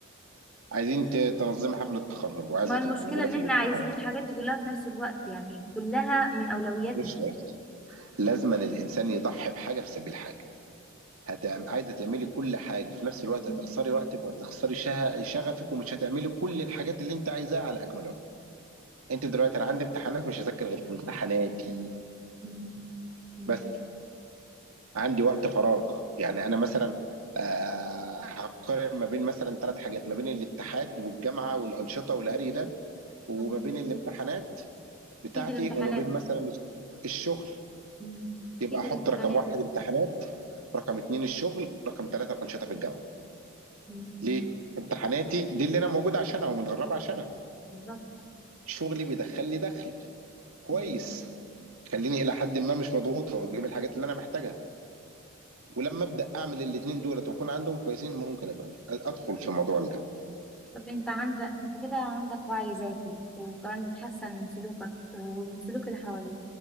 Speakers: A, on the right; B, in the centre.
A: عايزين ت- تنظمي حفلة تخرج وعايزة
B: ما المشكله
A: تبقى موجودة
B: ان
A: في
B: احنا
A: الاتحاد
B: عايزين الحاجات دي كلها في نفس الوقت يعني كلها من اولوياتنا
A: مش هيحصل لازما الانسان يضحي بحاجة في سبيل حاجة هتعم... عايزة تعملي كل حاجة في نفس الوقت
B: مم.
A: هتخسري وقتك وهتخسري شه... شغفك ومش هتعملي كل الحاجات اللي انت عايزاها على اكمل وجه انت دلوقتي انا عندي امتحانات مش هذاكر غير في امتحاناتي
B: مم. مم.
A: بس عندي وقت فراغ يعني انا مثلا آه، هقارن ما بين مثلا ثلاث حاجات ما بين الاتحاد والجامعه والانشطه والهري ده وما
B: مم.
A: بين الامتحانات بتاعتي
B: اكيد الامتحانات
A: وما بين مثلا الشغل
B: مم. اكيد
A: يبقى احط
B: الامتحانات
A: رقم واحد امتحانات رقم اتنين الشغل رقم ثلاثه الانشطه في الجامعه
B: مم.
A: ليه؟ امتحاناتي دي اللي انا موجود عشانها ومتغربه عشانها
B: بالظبط
A: شغلي بيدخل لي دخل كويس
B: مم.
A: خليني الى حد ما مش مضغوط واجيب الحاجات اللي انا محتاجها ولما ابدا اعمل الاثنين دولت واكون عندهم كويسين ممكن ابقى ادخل في موضوع الجامعه
B: طب انت عندك انت كده عندك وعي ذاتي وكمان بتحسن من سلوكك ومن سلوك اللي حواليك